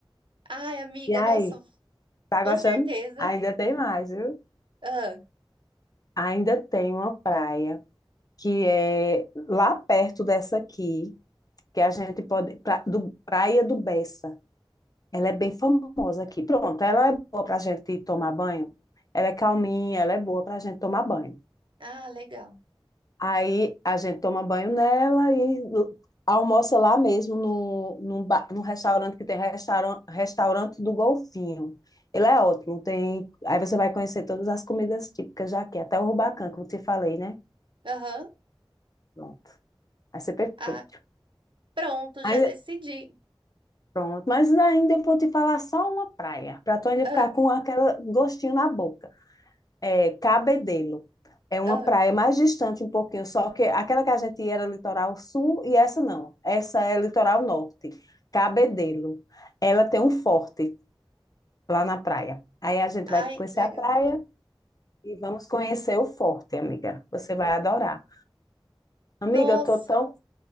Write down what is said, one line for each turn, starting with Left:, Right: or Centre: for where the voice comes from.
Right: Ai, amiga,
Left: E aí,
Right: nossa,
Left: tá
Right: com
Left: gostando?
Right: certeza.
Left: Ainda tem mais, viu?
Right: Ah,
Left: Ainda tem uma praia que é lá perto dessa aqui, que a gente pode. pra- do, Praia do Bessa. Ela é bem famosa aqui. Pronto, ela é boa para a gente tomar banho. Ela é calminha, ela é boa para a gente tomar banho.
Right: ah, legal.
Left: Aí a gente toma banho nela e almoça lá mesmo, no, no, ba- no restaurante que tem restaurante, restaurante do Golfinho. Ele é ótimo, tem. Aí você vai conhecer todas as comidas típicas daqui, até o rubacão que eu te falei, né?
Right: Aham.
Left: Pronto, vai ser perfeito.
Right: Ah, pronto,
Left: Aí,
Right: já decidi.
Left: pronto, mas ainda eu vou te falar só uma praia, para tu ainda
Right: Ah,
Left: ficar com aquele gostinho na boca. é, Cabedelo. É uma
Right: ah.
Left: praia mais distante um pouquinho, só que aquela que a gente ia era litoral sul e essa não. Essa é litoral norte, Cabedelo. Ela tem um forte lá na praia. Aí a gente
Right: Ai,
Left: vai conhecer
Right: que legal.
Left: a praia e vamos conhecer o forte, amiga. Você vai adorar. Amiga,
Right: Nossa,
Left: eu tô tão